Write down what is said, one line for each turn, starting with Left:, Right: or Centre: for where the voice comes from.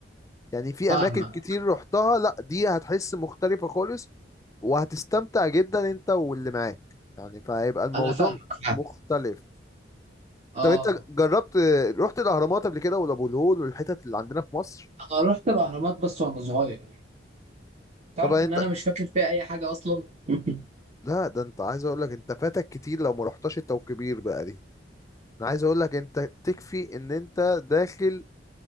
Left: يعني في
Right: فاهمه
Left: اماكن كتير رحتها لا دي هتحس مختلفة خالص وهتستمتع جدا انت واللي معاك يعني فهيبقى الموضوع
Right: انا فاهمك فاهمك
Left: مختلف
Right: اه
Left: طب انت جربت رحت الاهرامات قبل كده ولا ابو الهول والحتت اللي عندنا في مصر
Right: انا رحت الاهرامات بس وانا صغير تعرف
Left: طبعا انت
Right: ان انا مش فاكر فيها اي حاجه اصلا <laughs>
Left: لا ده انت عايز اقول لك انت فاتك كتير لو ما رحتش انت وكبير بقى دي انا عايز اقول لك انت تكفي ان انت داخل